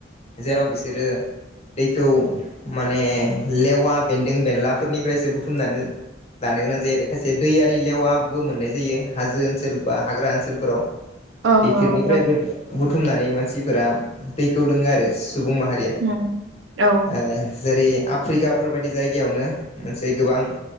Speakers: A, on the left (about 35°); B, on the right (about 70°).
A: जेराव बिसोरो दैखौ माने लेवा बेन्दों बेनलाफोरनिफ्रायसो बुथुमनानै लानो गोनां जायो आरो खायसे दैया दै लेवाबो मोननाय जायो हाजो ओनसोल बा हाग्रा ओनसोलफोराव
B: ओं
A: बेफोरनिफ्रायबो
B: ओं नंगौ
A: बुथुमनानै मानस सिफोरा दैखौ लोङो आरो सुबुं माहारिया
B: होम औ
A: आ जेरै आफ्रिकाफोर बायदि जायगायावनो मोनसे गोबां